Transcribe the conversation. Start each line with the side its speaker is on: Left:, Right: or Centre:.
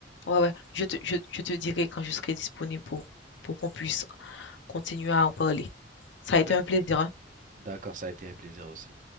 Left: Ouais, ouais. Je te, je, je te dirai quand je serai disponible pour, pour qu'on puisse continuer à en parler. Ça a
Right: D'ac-
Left: été un plaisir, hein.
Right: D'accord, ça a été un plaisir aussi.